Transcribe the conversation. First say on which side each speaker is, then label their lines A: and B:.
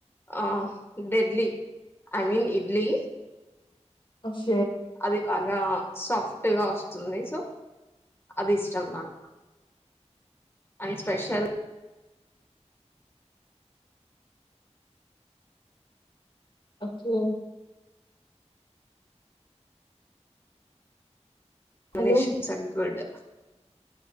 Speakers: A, on the left; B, on the left.
A: ఆ డెడ్లీ ఐ మీన్ ఇడ్లీ
B: ఒష్
A: అది బాగా సాప్ట్ గా వస్తుంది సో అది ఇష్టం నాకు and special
B: okay
A: Finishings
B: hello.
A: are good